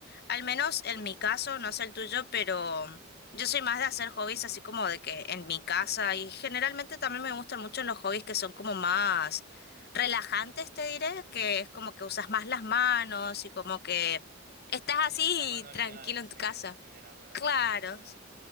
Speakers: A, on the left (about 50°); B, on the right (about 45°).
A: al menos en mi caso, no sé el tuyo, pero yo soy más de hacer hobbies así como de que en mi casa. Y generalmente también me gustan mucho los hobbies que son como más relajantes, te diré, que es como que usas más las manos y como que estás así
B: Sí, las manualidades
A: tranquilo en tu
B: en
A: casa.
B: general, ¿verdad?
A: Claro.
B: Las manualidades.